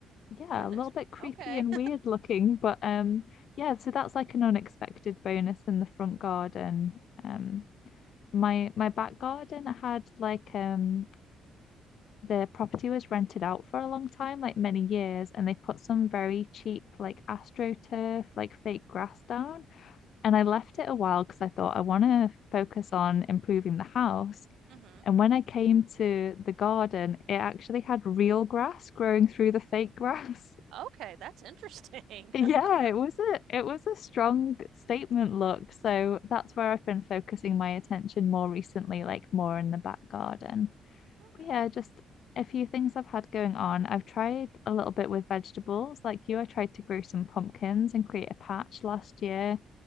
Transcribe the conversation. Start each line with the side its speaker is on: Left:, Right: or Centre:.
Left: Yeah,
Right: Goodness.
Left: a little bit creepy
Right: Okay.
Left: and weird looking, but um yeah, so that's like an unexpected bonus in the front garden. Um my my back garden had like um the property was rented out for a long time, like many years, and they put some very cheap like AstroTurf, like fake grass down. And I left it a while because I thought I want to focus on improving the house.
Right: <laughs> mm-hmm.
Left: And when I came to the garden, it actually had real grass growing through the fake grass.
Right: Okay, that's interesting.
Left: Yeah,
Right: <laughs>
Left: it was a it was a strong statement look. So that's where I've been focusing my attention more recently, like more in the back garden.
Right: okay.
Left: But yeah, just a few things I've had going on. I've tried a little bit with vegetables. Like you, I tried to grow some pumpkins and create a patch last year,